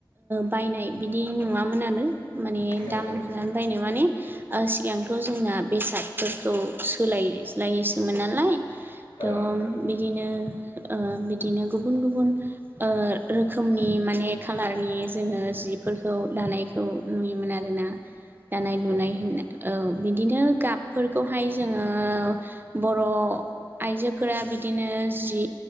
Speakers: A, on the right (about 25°); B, on the left (about 85°).
A: बायनाय बिदि नुवामोन आरो माने।
B: नंगौ
A: दाम होनानै बायनो माने सिगांथ' जोंना बेसादफोरखौ सोलाय सोलायोसोमोन नालाय त'
B: औ
A: बिदिनो बिदिनो गुबुन गुबुन ओ रोखोमनि माने खाालारनि जोङो जिफोरखौ दानायखौ नुयोमोन आरो। <inaudible> दानाय
B: नंगौ
A: लुनाय होननाय औ बिदिनो गाबफोरखौहाय जोङो बर' आइजोफोरा बिदिनो जि